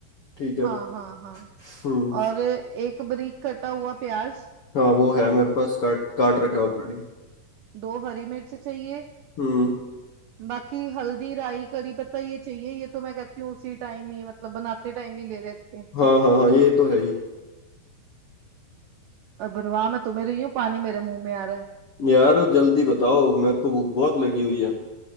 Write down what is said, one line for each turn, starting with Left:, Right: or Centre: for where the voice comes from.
Left: ठीक है
Right: हाँ हाँ हाँ
Left: हम्म
Right: और एक बारीक कटा हुआ प्याज
Left: हाँ वो है मेरे पास काट काट रखा
Right: दो,
Left: है ऑलरेडी
Right: दो हरी मिर्च चाहिए
Left: हम्म
Right: बाकी हल्दी राई कड़ी पत्ता ये चाहिए ये तो मैं कहती हूँ उसी टाइम ही मतलब बनाते टाइम ही ले लेते हैं
Left: हाँ हाँ हाँ ये तो है ही
Right: और बनवा मैं तुम्हें रही हूँ पानी मेरे मुंह में आ रहा है
Left: यार जल्दी बताओ मेरे को भूख बहुत लगी हुई है